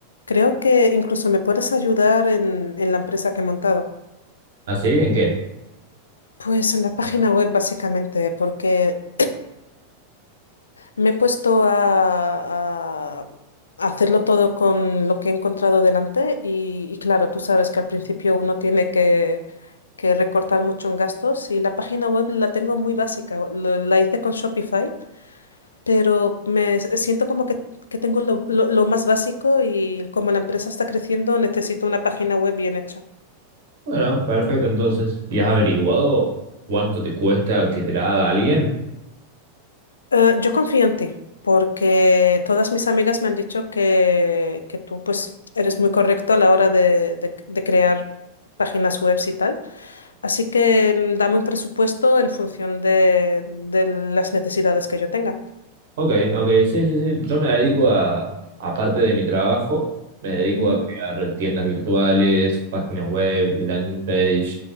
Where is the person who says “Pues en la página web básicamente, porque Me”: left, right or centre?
Left